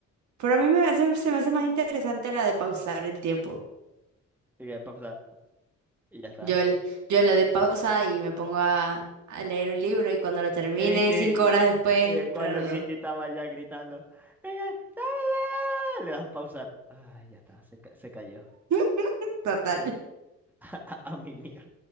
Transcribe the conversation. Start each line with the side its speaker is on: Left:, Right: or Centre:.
Right: Pero a mí me hace- se me hace más interesante la de pausar el tiempo.
Centre: que pasar. Y ya está.
Right: Yo, l- yo le doy pausa y me pongo a, a leer un libro y cuando lo termine,
Centre: Cristi,
Right: cinco horas después,
Centre: eh, cuando
Right: reanudo.
Centre: Cristi estaba ya gritando, "Venga, dame, dame, dame", le das a pausar. Ay, ya está, se, ca- se cayó.
Right: <laughs> Total.
Centre: <laughs> A mimir.